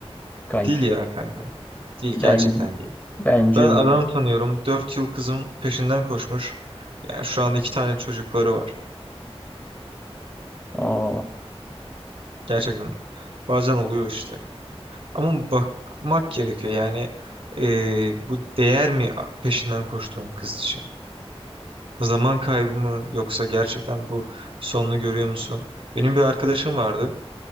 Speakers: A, on the left; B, on the right.
A: kanki.
B: Değil ya kanka. Değil
A: Ben
B: gerçekten değil.
A: bence
B: Ben
A: öyle.
B: adam tanıyorum. 4 yıl kızım peşinden koşmuş. Yani şu anda iki tane çocukları var.
A: Aa,
B: Gerçekten bazen oluyor işte. Ama bakmak gerekiyor. Yani eee, bu değer mi peşinden koştuğum kız için? Zaman kaybı mı yoksa gerçekten bu sonunu görüyor musun? Benim bir arkadaşım vardı.